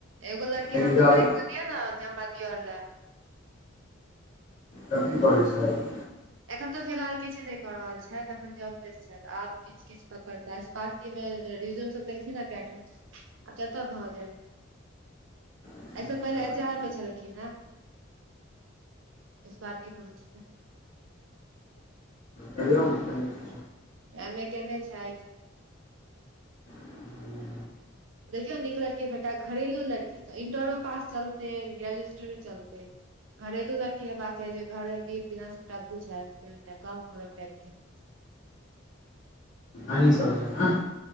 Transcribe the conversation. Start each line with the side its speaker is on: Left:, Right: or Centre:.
Right: एगो लड़की
Left: लेकिन
Right: हमरो
Left: जाबे
Right: तइक क दिअ ने, जे हमरा दियअर लए।
Left: कथी करै छैथ?
Right: एखन त फिलहाल किछ नहि कऽ रहल छैथ, एखन जब- लेस छैथ। आब किछ -किछु पकड़ता, अस्पार्की मे रिज्यूम सब देलखिन है, कै टाम। जत भऽ जाइन।
Left: अच्छा
Right: अइसे पहिले
Left: तऽ
Right: एचआर मे छलखिन है। अस्पार्की कम्पनी मे।
Left: कल म <unintelligible>
Right: एमे केने छैथ।
Left: ले
Right: देखियौ नीक लड़की भेटा, घरेलू लड़की तऽ इंटरो पास चलतै, ग्रेजुएशन चलतै। घरेलू लड़की हेबाक चाही, जे घरक रीत रेबाज सबटा बुझे, गाँव घरक टाइप के।
Left: अही सब जँका।